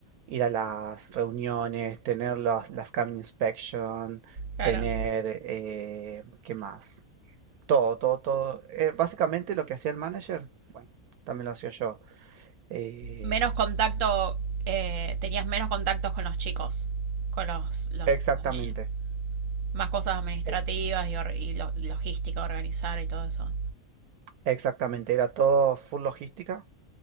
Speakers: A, on the right; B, on the right.
A: ir a las reuniones, tener las, las cabin inspection,
B: Claro.
A: tener, eh, ¿qué más? Todo, todo, todo. Eh, básicamente lo que hacía el manager, bueno, también lo hacía yo. Eh,
B: Menos contacto, eh, tenías menos contactos con los chicos, con los, los,
A: exactamente,
B: los niños. Más cosas administrativas
A: ex-
B: y, or- y lo- logística, organizar y todo eso.
A: exactamente. Era todo full logística,